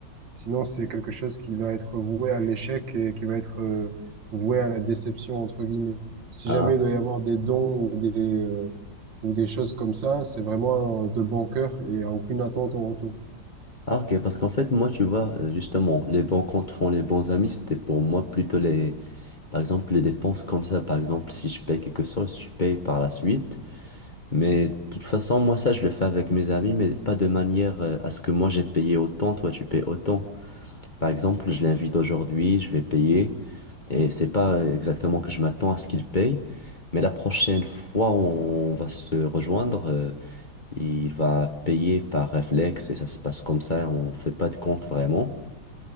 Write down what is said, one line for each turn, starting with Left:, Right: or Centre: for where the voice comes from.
Right: Sinon, c'est quelque chose qui va être voué à l'échec et qui va être euh, voué à la déception, entre guillemets. Si
Left: Hein
Right: jamais il doit y avoir des dons ou des, euh, ou des choses comme ça, c'est vraiment euh, de bon cœur et à aucune attente en retour.
Left: Ah, ok, parce qu'en fait, moi, tu vois, euh, justement, les bons comptes font les bons amis, c'était pour moi plutôt les, par exemple, les dépenses comme ça. Par exemple, si je paye quelque chose, je paye par la suite. Mais de toute façon, moi, ça, je le fais avec mes amis, mais pas de manière euh, à ce que moi, j'ai payé autant, toi, tu payes autant. Par exemple, je l'invite aujourd'hui, je vais payer, et c'est pas euh, exactement que je m'attends à ce qu'il paye, mais la prochaine fois où on va se rejoindre, euh, il va payer par réflexe et ça se passe comme ça, on fait pas de compte vraiment.